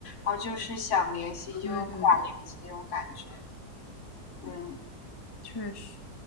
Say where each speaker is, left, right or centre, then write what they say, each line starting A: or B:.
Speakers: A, on the left; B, on the left.
A: 然后就是想联系就无法联系那种感觉，
B: 对对对，
A: 嗯。
B: 确实。